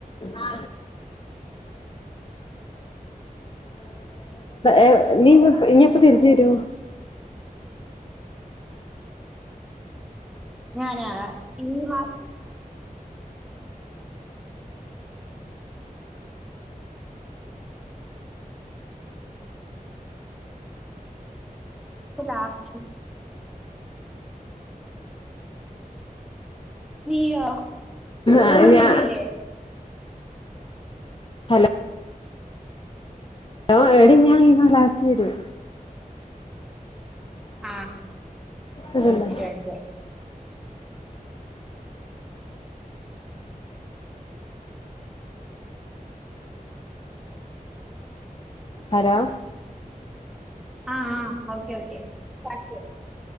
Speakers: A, on the left; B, in the centre.
A: ആ എവ് നീ ഇനിപ്പം തിരിച്ച് തരുവോ
B: ഞാനാ ഈ മാ <unintelligible> ത്ര ഇപ്പൊ ലാസ്റ്റി നീയോ
A: ആ
B: അങ്ങോട്ട്
A: ഞാ
B: വര്ണ്ല്ലേ.
A: ഹലോ ലോ എടി ഞാൻ ഈ മാ ലാസ്റ്റ് വരും
B: ആഹ്
A: അതല്ലേ
B: ആ കേക്കും
A: ഹലോ
B: ആഹ് ആഹ് ഓക്കെ ഓക്കെ <unintelligible>